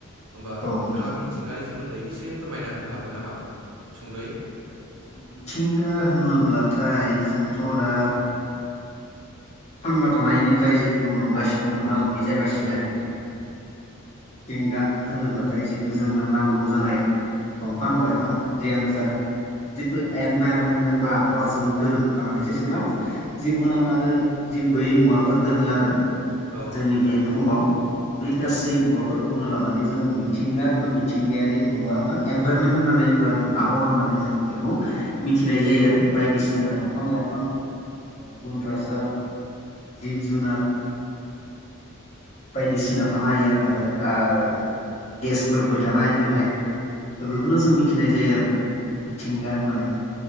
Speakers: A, on the right (about 75°); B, on the left (about 30°).
A: होमबा
B: औ
A: नोंथाङा
B: नोंथां
A: मि थिंगानि सोमोन्दै एसे फोरमायना होनो हागोन नामा सुंद'यै?
B: मिथिंगा होनोब्लाथाय जोंथ' दा
A: औ
B: थांना थानायनिफ्राय जितु नुगासिनो मोगा
A: औ
B: मोगि
A: औ
B: जागासिनो
A: नंगौ नंगौ नोंथां औ
B: मिथिंगा होनोब्लाथाय जितु जोंनो नांगौ जानाय दंफां
A: औ
B: लाइफां
A: औ
B: दैयानो जा
A: जिथु
B: जितु
A: उम
B: एनभाइरनमेन्टजों बा आबहावाजों गोरोबफानानै जेसेबां जिउ गोनां आरो जिउ गोैयै मुवाफोर दोङो आरो
A: औ
B: जोंनि
A: थारैनो
B: बे बुहुमाव बै गासै
A: औ
B: मुवाफोरखौनो लानानै जोङो मिथिंगा बा मिथिंगायारि मुवा बा एनभाइरमेन्ट होननानै बा आबहावानानै जोङो बेखौ मिथिनाय जायो आरो बायदिसिना दंफां लाइफां ओ गुन्द्रासा जिब जुनार बायदिसिना थानो हायो आरो बेवहाय आ गेसफोरबो थानाय बेहाय बेफोरखौनो जों मिथिनाय जायो आरो मिथिंगा होननानै